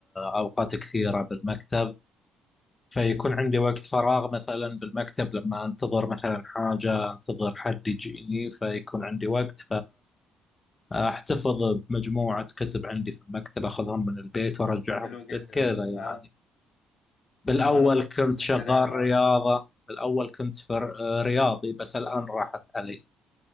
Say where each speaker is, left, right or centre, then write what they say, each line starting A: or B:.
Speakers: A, on the left; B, on the left.
A: أوقات كثيرة بالمكتب فيكون عندي وقت فراغ مثلا بالمكتب لما أنتظر مثلا حاجة أنتظر حد يجيني فيكون عندي وقت فأحتفظ بمجموعة كتب عندي في المكتب أخذهم من البيت وأرجعهم
B: حلو جدا
A: من البيت كذا
B: اه
A: يعني بالأول
B: ما انا برضه
A: كنت
B: نفس
A: شغال
B: الكلام اه
A: رياضة بالأول كنت في رياضي بس الآن راحت علي